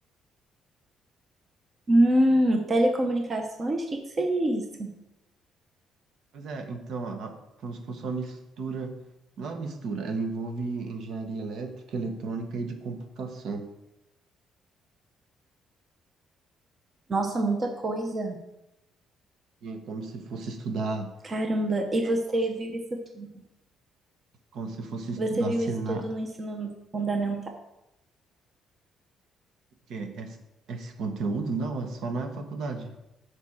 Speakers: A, on the right (about 25°); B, on the right (about 55°).
A: Hum, telecomunicações? O que que seria isso?
B: Pois é, então, a- como se fosse uma mistura. Não é uma mistura, ela envolve engenharia elétrica, eletrônica e de computação.
A: Nossa, muita coisa.
B: E é como se fosse estudar
A: Caramba, e você viu isso tudo?
B: Como se fosse estudar
A: Você viu
B: senar
A: isso tudo no ensino fundamental?
B: que é esse, esse conteúdo? Não, é só na faculdade.